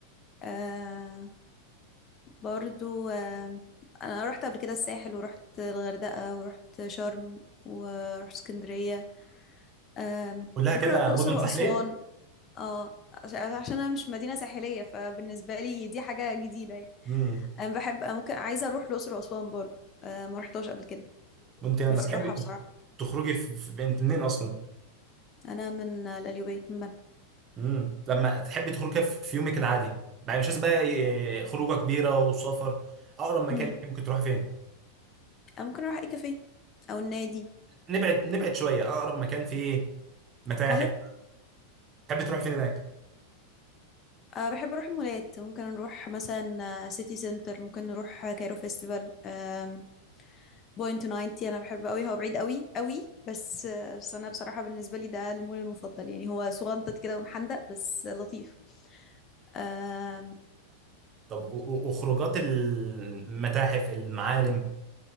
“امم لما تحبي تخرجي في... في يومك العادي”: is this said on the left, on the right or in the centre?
Right